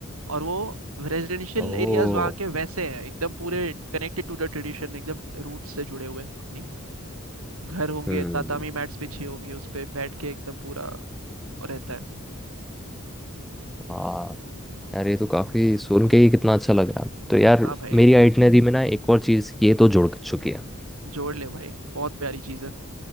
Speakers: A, on the right; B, in the centre.
A: और वो रेजिडेंशियल
B: ओह
A: एरियाज वहाँ के वैसे हैं एकदम पूरे कनेक्टेड टू द ट्रेडिशन एकदम रूट से जुड़े हुए अपनी घर होंगे
B: हम्म
A: तातामी मैट्स बिछी होंगी उस पे बैठ के एकदम पूरा रहता है
B: हाँ यार ये तो काफ़ी सुन के ही कितना अच्छा लग रहा है तो यार
A: हाँ भाई
B: मेरी आइटनरी में ना एक और चीज़ ये तो जुड़ चुकी है
A: जोड़ ले भाई बहुत प्यारी चीज़ है